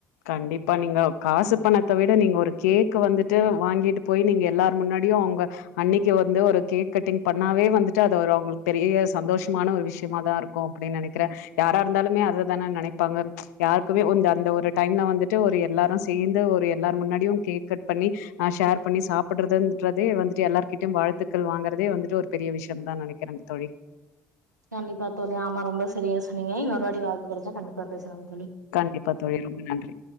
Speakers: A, on the left; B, on the right.
A: கண்டிப்பா நீங்க காசு பணத்த விட நீங்க ஒரு கேக் வந்துட்டு வாங்கிட்டு போய் நீங்க எல்லார் முன்னாடியு அவுங்க அன்னைக்கு வந்து ஒரு கேக் கட்டிங் பண்ணாவே வந்துட்டு அத ஒரு அவுங்களுக்கு பெரிய சந்தோஷமான ஒரு விஷயமா தா இருக்கு அப்டின்னு நெனக்குறே யாரா இருந்தாலுமே அததானே நெனைப்பாங்க யாருக்குமே வந்து அந்த ஒரு டைம்லா வந்துட்டு ஒரு எல்லாரு சேர்ந்து ஒரு எல்லார முன்னாடியு கேக் கட் பண்ணி அ ஷேர் பண்ணி சாப்டுறதுன்றதே வந்துட்டு எல்லார்கிட்டயு வாழ்த்துக்கள் வாங்கறதே வந்துட்டு ஒரு பெரிய விஷயந்தா நெனக்குறே தோழி
B: கண்டிப்பா தோழி ஆமா ரொம்ப சரியா சொன்னீங்க இன்னோரு வாட்டி வாய்பு கெடச்சா கண்டிப்பா பேசலா
A: கண்டிப்பா தோழி ரொம்ப நன்றி